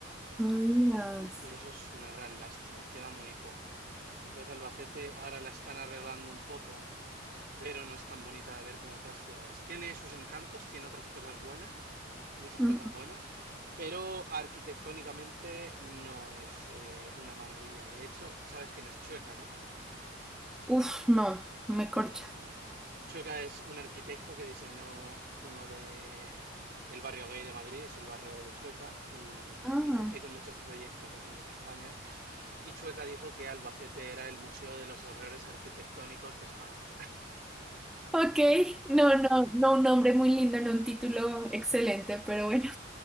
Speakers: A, in the centre; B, on the right.
A: No digas.
B: Y, y- y eso es una gran lástima, queda muy poco. Entonces Albacete ahora la están arreglando un poco, pero no es tan bonita de ver como otras ciudades. Tiene sus encantos, tiene otras cosas buenas, muchas
A: Ujú.
B: cosas buenas, pero arquitectónicamente no es eh, una maravilla. De hecho, sabes quién es Chueca, ¿no?
A: Uf, no, me
B: Bueno,
A: corcha.
B: Chueca es un arquitecto que diseñó uno de el barrio gay de Madrid, es el barrio de Chueca, y bueno,
A: Ah,
B: hizo, hizo muchos proyectos aquí en España. Y Chueca dijo que Albacete era el museo de los horrores arquitectónicos de España. <laughs>
A: Ok, no, no, no un nombre muy lindo, no un título excelente, pero bueno.